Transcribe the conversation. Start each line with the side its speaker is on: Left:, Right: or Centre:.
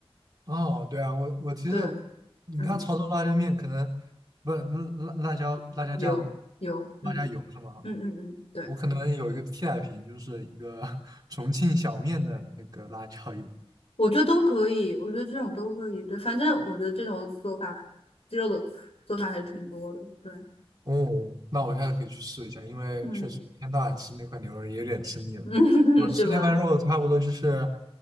Right: 哦，对啊，我我其实
Left: 对。
Right: 你看潮州辣椒面，
Left: 嗯。
Right: 可能不是嗯辣辣椒辣椒酱、
Left: 有有，嗯
Right: 辣椒油是吗？
Left: 嗯嗯嗯，对，
Right: 我可能有一个替代品，就是一个 <laughs> 重庆小面的那个辣椒油。
Left: 我觉得都可以，我觉得这种都可以，对，反正我觉得这种做法，鸡肉的做法还是挺多的，对，
Right: 哦，那我现在可以去试一下，因为确实一天到晚吃那块牛肉也有点吃腻了。
Left: 嗯嗯，
Right: 我吃那块肉差不多就是
Left: <laughs> 是吧？